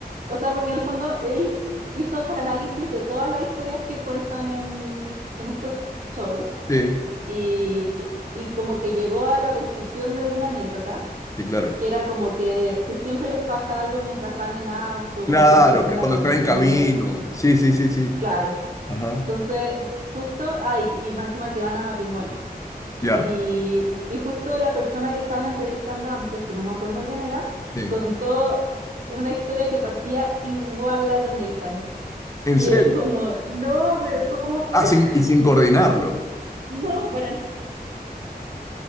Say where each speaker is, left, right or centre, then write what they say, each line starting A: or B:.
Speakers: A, on the right; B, on the left.
A: o sea, porque en el fondo él hizo este análisis de todas las historias que cuentan en, en estos shows
B: sí,
A: y, y como que llegó a la construcción de una anécdota,
B: sí, claro.
A: que era como que, que siempre les pasa algo mientras van en auto,
B: Claro,
A: como que los detiene
B: que
A: la
B: cuando
A: policía,
B: está en camino. Sí, sí, sí, sí.
A: claro.
B: Ajá.
A: Entonces, justo, ay, y más encima que van a matrimonio.
B: Ya.
A: Y, y justo la persona que estaban entrevistando antes, que no me acuerdo quién era,
B: Sí.
A: contó una historia que partía igual a la de Nathan.
B: ¿En
A: Y
B: serio?
A: él como, no, pero ¿cómo puedes?
B: Ah, sin,
A: <laughs>
B: y sin coordinarlo.
A: No, para nada.